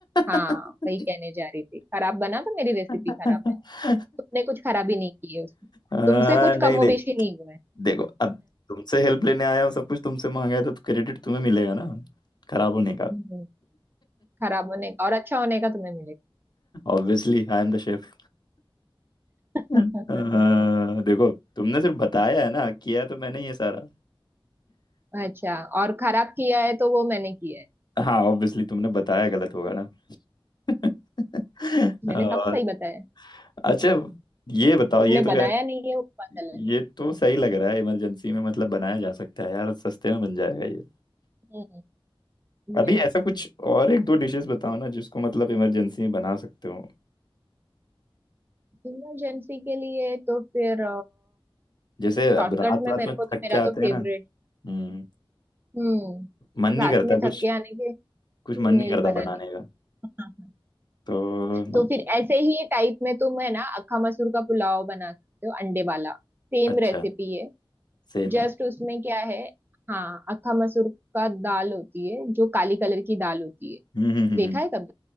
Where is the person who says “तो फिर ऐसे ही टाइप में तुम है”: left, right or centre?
Right